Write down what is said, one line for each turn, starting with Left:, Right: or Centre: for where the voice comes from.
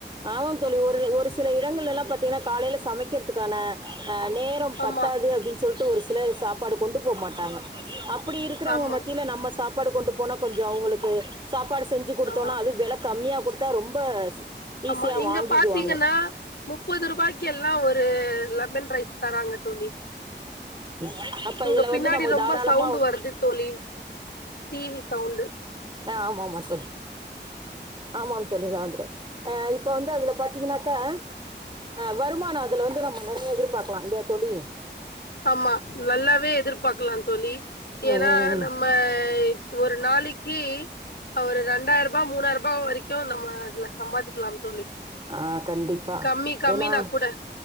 Right: ஆமாங்க தோழி ஒரு ஒரு சில இடங்கள் எல்லா பாத்தீங்கன்னா காலையில சமைக்கிறதுக்கான அ நேரம் பத்தாது
Left: ஆமா
Right: அப்டின் சொல்ட்டு ஒரு சிலர் சாப்பாடு கொண்டு போ மாட்டாங்க அப்படி இருக்கிறவங்க
Left: ஆமா
Right: மத்தியில நம்ம சாப்பாடு கொண்டு போனா கொஞ்சோ அவங்களுக்கு சாப்பாடு செஞ்சு குடுத்தோனா
Left: ஆமா
Right: அது வெல கம்மியா குடுத்தா ரொம்ப ஈஸியாக
Left: ஆமா இங்க
Right: வாங்கிக்குவாங்க
Left: பாத்தீங்கன்னா முப்பது ரூபாய்க்கு எல்லா ஒரு லெமன் ரைஸ் தராங்க தோழி
Right: உழைப்புல அப்போ
Left: உங்க
Right: இதில் வந்து
Left: பின்னாடி
Right: நம்ம
Left: ரொம்ப
Right: தாராளமாக
Left: சவுண்ட் வருது தோழி டி வி சவுண்டு்
Right: அ ஆமா ஆமா தோழி ஆமாம் தோழி இந்தா வந்துட்டே இப்போ வந்து அதுல பாத்தீங்கன்னாக்கா அ வருமானோ அதுல வந்து நம்ம நெறைய எதிர்பாக்கலா இல்லையா தோழி
Left: ஆமா நல்லாவே எதிர்பாக்கலா தோழி
Right: ம்
Left: ஏன்னா
Right: ம் ம்
Left: நம்மய் ஒரு நாளிக்கி ஒரு ரெண்டாயிர ரூபா மூணாயிர ரூபா வரைக்கு நம்ம அதுல சம்பாதிக்கலாம் தோழி
Right: ஆ கண்டிப்பா
Left: கம்மி கம்மினா
Right: ஏனா
Left: கூட